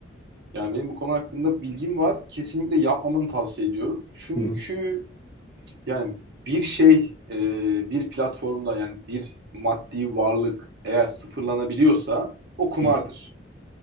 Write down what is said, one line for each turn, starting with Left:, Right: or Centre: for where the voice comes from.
Right: Yani benim bu konu hakkında bilgim var. Kesinlikle yapmamanı tavsiye ediyorum. Çünkü
Left: Hı hı.
Right: Yani bir şey e, bir platformda yani bir maddi varlık eğer sıfırlanabiliyorsa o kumardır.
Left: hı.